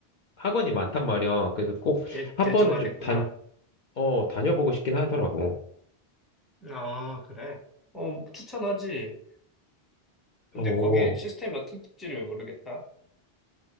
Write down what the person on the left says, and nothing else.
학원이 많단 말이야. 그래서 꼭
한
번은 좀 단, 어, 다녀보고 싶긴 하더라고.
어,